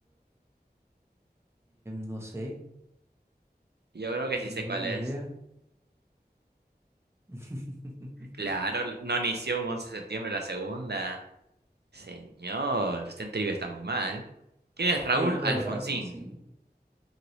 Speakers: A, on the right (about 15°); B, on the right (about 75°).
A: no sé,
B: Yo creo
A: no
B: que
A: tengo
B: sí sé cuál
A: ni idea.
B: es.
A: <laughs>
B: Claro, l- no inició un 11 de septiembre la segunda. Señor, usted en trivia está muy mal. ¿Quién es Raúl
A: ¿Quién es Raúl
B: Alfonsín?
A: Alfonsín?